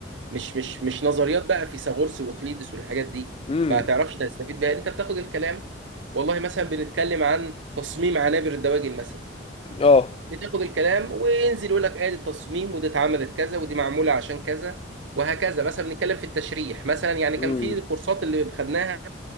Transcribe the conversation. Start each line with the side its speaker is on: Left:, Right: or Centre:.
Right: مش مش مش نظريات بقى فيثاغورس واقليدس والحاجات دي
Left: امم
Right: ما تعرفش تستفيد بيها انت بتاخد الكلام والله مثلا بنتكلم عن تصميم عنابر الدواجن مثلا
Left: اه
Right: بتاخد الكلام وينزل يقول لك ادي التصميم ودي اتعملت كذا ودي معموله عشان كذا وهكذا مثلا بنتكلم في التشريح مثلا يعني كان
Left: امم
Right: في الكورسات اللي خدناها